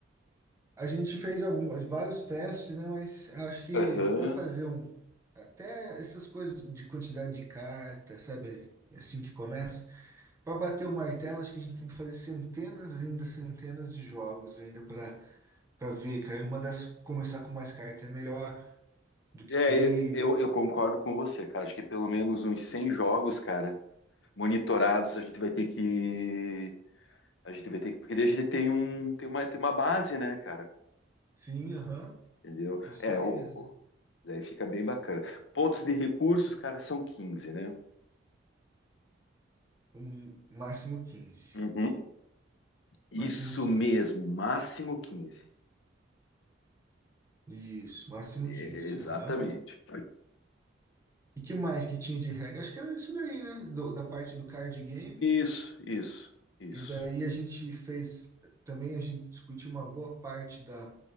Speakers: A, on the right; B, on the left.
A: a gente fez alguns, vários testes, né? Mas acho que
B: Aham.
A: para fazer um, até essas coisas de quantidade de carta, sabe? Assim que Uhum. começa, para bater o martelo, acho que a gente tem que fazer centenas e ainda, centenas de jogos ainda para para ver, cara. Uma das começar com mais cartas é melhor do que
B: É,
A: três.
B: eu, eu- eu concordo com você, cara. Acho que pelo menos uns 100 jogos, cara, monitorados, a gente vai ter que. A gente vai ter que. Porque desde ele tem um, tem uma, tem uma base, né, cara?
A: Sim, aham,
B: Entendeu?
A: isso
B: É,
A: aí
B: o,
A: mesmo.
B: Daí fica bem bacana. Pontos de recursos, cara, são quinze né?
A: Um, máximo quinze
B: Uhum. Isso
A: Máximo quinze
B: mesmo, máximo quinze
A: Isso, máximo
B: É,
A: quinze
B: é, exatamente.
A: Aham. E que mais que tinha de regra? Acho que era isso daí, né? Do- da parte do card game.
B: Isso, isso, isso.
A: E daí a gente fez. Também a gente discutiu uma boa parte da,